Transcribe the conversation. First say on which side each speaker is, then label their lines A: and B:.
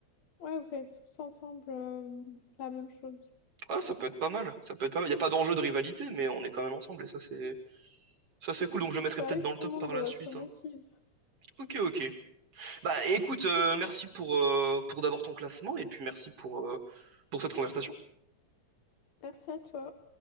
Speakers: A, on the left; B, on the right.
A: Ouais, vous faites tous ensemble euh, la même chose.
B: Ah, ça peut être pas mal. Ça peut être pas mal. Il n'y a pas d'enjeu de rivalité, mais on est quand même ensemble et ça c'est ça c'est cool. Donc je le mettrai
A: Bah
B: peut-être
A: oui,
B: dans
A: tout
B: le top
A: le monde
B: par la
A: euh,
B: suite.
A: se motive.
B: hein. Ok, ok. Bah écoute, euh, merci pour euh, pour d'abord ton classement et puis merci pour euh, pour cette conversation.
A: Merci à toi.